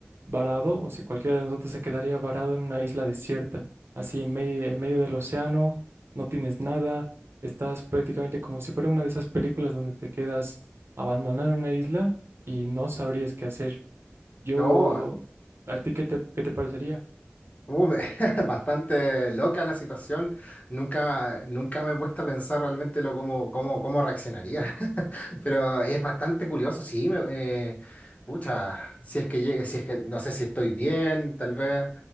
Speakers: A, on the right; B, on the left.
A: varado o si cualquiera de nosotros se quedaría varado en una isla desierta, así en medio, en medio del océano, no tienes nada, estás prácticamente como si fuera una de esas películas donde te quedas abandonado en una isla y no sabrías qué hacer. Yo...
B: No,
A: ¿A ti qué te, qué te parecería?
B: uh, me- <laughs> bastante loca la situación. Nunca, nunca me he puesto a pensar realmente lo cómo, cómo, cómo reaccionaría. <laughs> Pero es bastante curioso, sí. me- eh, pucha, si es que llegue, si es que no sé si estoy bien, tal vez.